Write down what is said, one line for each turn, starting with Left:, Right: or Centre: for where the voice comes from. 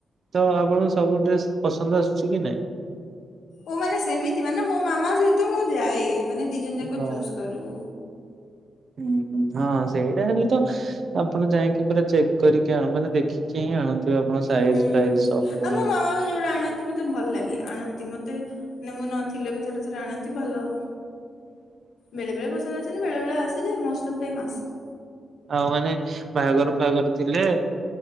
Right: ତ ଆପଣଙ୍କୁ ସବୁ ଡ୍ରେସ୍ ପସନ୍ଦ ଆସୁଛି କି ନାଇଁ?
Left: ଓ ମାନେ ସେମିତି ମାନେ ମୋ ମାମା ସହିତ ମୁଁ ଯାଏ ମାନେ ଦି ଜଣ ଯାକ
Right: ହଁ।
Left: ଚୁଜ୍ କରୁ।
Right: ହୁଁ ହଁ ସେଇଟା ହେଲେ ତ ଆପଣ ଯାଇକି ପୁରା ଚେକ୍ କରିକି ଆ ମାନେ ଦେଖିକି ହିଁ ଆଣୁଥିବେ ଆପଣ। ପ୍ରାଇଜ୍
Left: ହୁଁ
Right: ପ୍ରାଇଜ୍ ସବୁ
Left: ଆଉ ମୋ
Right: ହିଁ
Left: ମାମା ବି ଯୋଉଟା ଆଣନ୍ତି ମତେ ଭଲ ଲାଗେ ଆଣନ୍ତି ମତେ ମାନେ ମୁଁ ନଥିଲେ ବି ଥରେ ଥରେ ଆଣନ୍ତି ଭଲ
Right: <unintelligible>
Left: ବେଳେବେଳେ ପସନ୍ ଆସେନି ବେଳେବେଳେ ଆସେ ଯେ ମୋଷ୍ଟ୍ ଅଫ୍ ଟାଇମ୍ ଆସେ।
Right: ଆଉ ମାନେ ବାହାଘର ଫାଘର ଥିଲେ